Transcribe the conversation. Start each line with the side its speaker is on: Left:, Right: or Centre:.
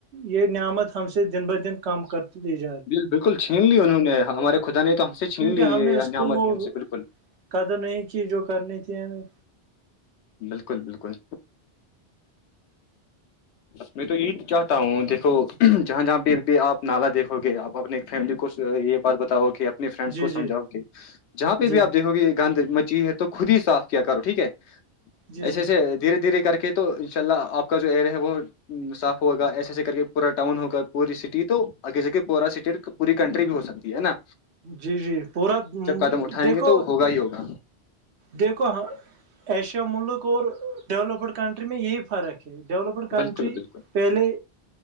Right: یہ نعمت ہم سے دن بہ دن کم کر <unintelligible>
Left: بالت بالکل چھین لی انہوں نے ہمارے خدا نے تو ہم سے چھین
Right: کیونکہ
Left: لی
Right: ہم
Left: یہ
Right: نے اس
Left: انعمت
Right: کو وہ
Left: ہی ہم سے بالکل
Right: قدر نہیں کی جو کرنی تھی ہمیں
Left: بالکل بالکل میں تو یہی چاہتا ہوں دیکھو جہاں جہاں پہ بھی آپ نالا دیکھو گے آپ اپنے فیملی کو یہ بات بتاؤ کہ اپنے فرینڈس
Right: جی
Left: کو سمجھاؤ
Right: جی
Left: کہ جہاں پہ
Right: جی
Left: بھی آپ دیکھو گے گند مچی ہے تو خود ہی صاف کیا کرو ٹھیک ہے
Right: جی
Left: ایسے
Right: جی
Left: ایسے دھیرے دھیرے کر کے تو تو ان شاء اللہ آپ کا جو ایریا ہے وہ صاف ہوگا ایسے ایسے کر کے پورا ٹؤن ہوگا پوری سٹی تو آگے جے پورا سٹیٹ پوری کنٹری بھی ہو سکتی ہے نا
Right: جی جی پورا
Left: جب قدم اٹھائیں
Right: دیکھو
Left: گے تو ہوگا ہی ہوگا
Right: دیکھو ایشیا ملک اور ڈیولپڈ کنٹری میں یہی فرق ڈیولپڈ کنٹری
Left: بالکل بالکل
Right: پہلے